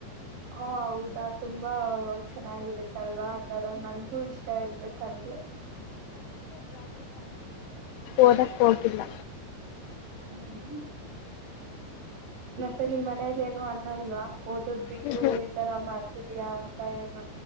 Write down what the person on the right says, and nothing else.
ಓ ಹೌದಾ ತುಂಬಾ ಚೆನ್ನಾಗಿರುತ್ತಲ್ವಾ <unintelligible> ನನ್ಗೂ ಇಷ್ಟ ಇಡ್ಬೇಕ ಹಂಗೆ
ಹ್ಮ್ ಮತ್ತೆ ನಿಮ್ ಮನೇೆಯಲ್ಲಿ ಏನು ಅನ್ನಲ್ವಾ ಓದೋದ್ ಬಿಟ್ಟು
ಈತರ ಮಾಡ್ತಿದಿಯಾ <unintelligible>